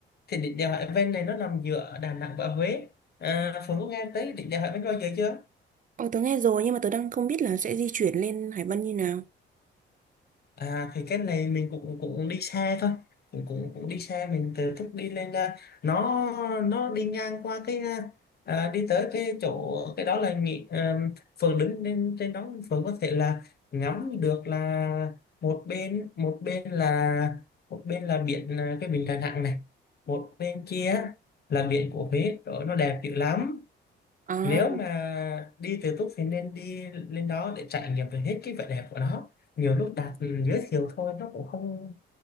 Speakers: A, on the left (about 55°); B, on the right (about 40°).
A: thì đỉnh đèo Hải Vân này nó nằm giữa Đà Nẵng và Huế à, Phương có nghe tới đỉnh đèo Hải Vân bao giờ chưa
B: Ồ, tớ nghe rồi nhưng mà tớ đang không biết là sẽ di chuyển lên Hải Vân như nào.
A: À thì cái này mình cũng cũng đi xe thôi cũng cũng cũng đi xe mình từ thức đi lên à, nó nó đi ngang qua cái à, à, đi tới cái chỗ cái đó là nghị à, phường đứng lên trên đó phường có thể là ngắm được là một bên một bên là một bên là biển à, cái biển Đà Nẵng này một bên kia là biển của Huế đó nó đẹp dữ lắm
B: À.
A: nếu mà đi tự túc thì nên đi lên đó để trải nghiệm được hết cái vẻ đẹp của nó nhiều lúc đạt giới thiệu thôi nó cũng không